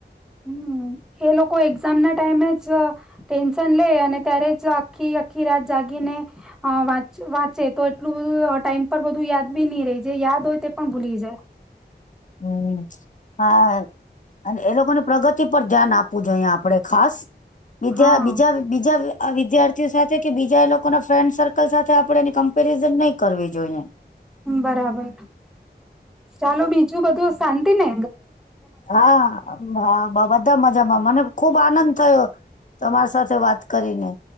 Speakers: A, in the centre; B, on the left (about 45°).
A: હમ્મ. એ લોકો એક્ઝામના ટાઈમે જ ટેન્શન લે અને ત્યારે જ આખી આખી રાત જાગીને અ વાચ-વાંચે તો એટલું બધું ટાઈમ પર બધું યાદ બી ની રેય જે યાદ હોય તે પણ ભૂલી જાય.
B: હમ હા અને એ લોકોન પ્રગતિ પર ધ્યાન આપવું જોઈએ આપડે ખાસ.
A: જાય
B: બીજા-બીજા-બીજા
A: હા
B: આ વિદ્યાર્થીઓ સાથે કે બીજા એ લોકોના ફ્રેન્ડ સર્કલ સાથે આપણેે એની કમ્પેરિઝન નહી કરવી જોઈએ.
A: બરાબર. ચાલો બીજ જું બધું શાંતિને?
B: હા હા બ-બધા મજામાં મને ખુબ આનંદ થયો તમારી સાથે વાત કરીને.